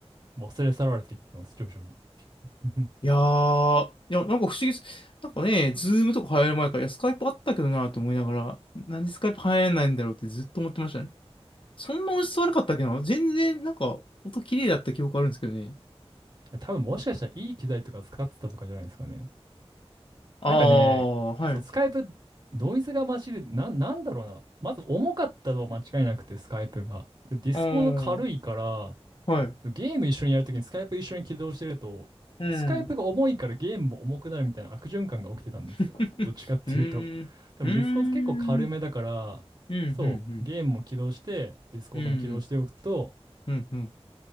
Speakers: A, on the right; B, on the left.
A: 忘れ去られていってます、徐々に。<laughs>
B: いやー、いや、なんか不思議です。なんかね、ズームとか流行る前から、いや、スカイプあったけどなって思いながら、なんでスカイプ流行らないんだろうってずっと思ってましたね。そんな音質悪かったっけな全然、なんか、音綺麗だった記憶あるんですけどね。
A: 多分もしかしたらいい機材とか使ってたとかじゃないですかね。
B: ああ、
A: なんかね、
B: はい。
A: そう、スカイプ、ノイズが混じる、な、なんだろうな。まず重かったのは間違いなくて、スカイプが。で、ディスコード軽いから、
B: ああ、はい。
A: ゲーム一緒にやるときにスカイプ一緒に起動してると、
B: うん。
A: スカイプが重いからゲームも重くなるみたいな悪循環が起きてたんですよ。
B: <laughs>
A: どっちかっていうと。
B: うーん。
A: でもディスコード結構軽めだから、
B: うーん。うん、うん、
A: そう、
B: うん。
A: ゲームも起動して、ディスコードも起動しておくと、
B: うん、うん、うん。ん